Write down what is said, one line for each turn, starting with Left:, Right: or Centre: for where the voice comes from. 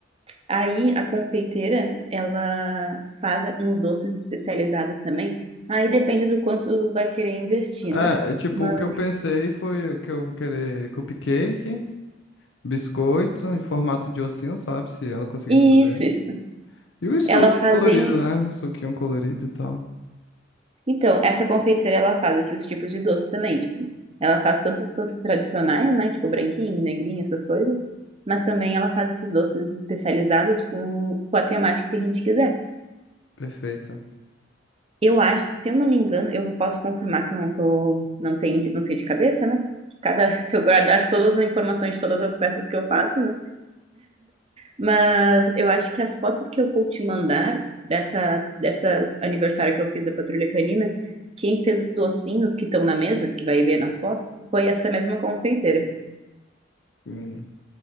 Right: Aí a confeiteira, ela faz uns doces especializados também. Aí depende do quanto tu vai querer investir,
Left: É,
Right: né?
Left: é, tipo,
Right: Mas
Left: o que eu pensei foi que eu vou querer cupcake, biscoito em formato de ossinho, sabe? Se ela conseguir
Right: isso,
Left: fazer.
Right: isso.
Left: E o suco
Right: Ela faz
Left: colorido,
Right: bem
Left: né? suquinho colorido e tal.
Right: Então, essa confeiteira, ela faz esses tipos de doce também, tipo, ela faz tanto os doces tradicionais, né, tipo branquinho, negrinho, essas coisas, mas também ela faz esses doces especializados com, com a temática que a gente quiser.
Left: Perfeito.
Right: Eu acho, se eu não me engano, eu posso confirmar que eu não tô, não tenho, de- não sei de cabeça, né? Cada, <laughs> se eu guardasse todas as informações de todas as festas que eu faço, né? Mas eu acho que as fotos que eu vou te mandar dessa, dessa aniversário que eu fiz da Patrulha Canina, quem fez os docinhos que estão na mesa, que vai ver nas fotos, foi essa mesma confeiteira.
Left: Hum.